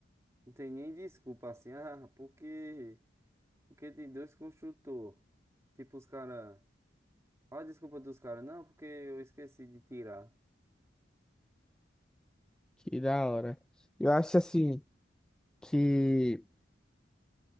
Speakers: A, on the right; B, in the centre.
A: não tem nem desculpa assim, ah, porque, porque tem dois construtores. Tipo, os caras. Olha a desculpa dos caras, não, porque eu esqueci de tirar.
B: Que da hora. Eu acho assim que